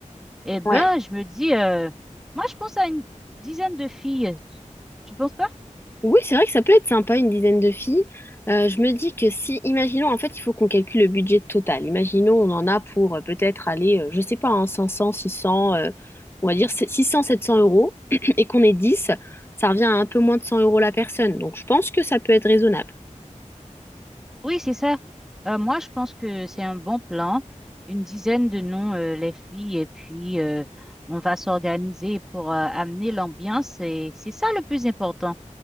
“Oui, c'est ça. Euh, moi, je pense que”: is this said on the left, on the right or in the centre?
Centre